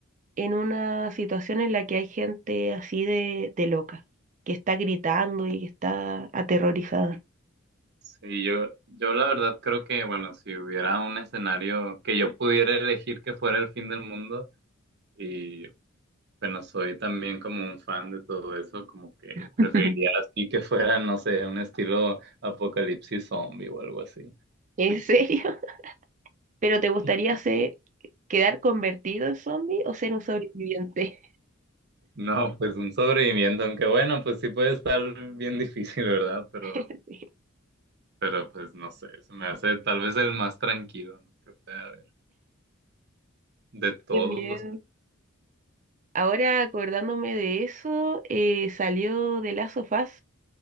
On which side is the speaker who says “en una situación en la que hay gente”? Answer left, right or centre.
Right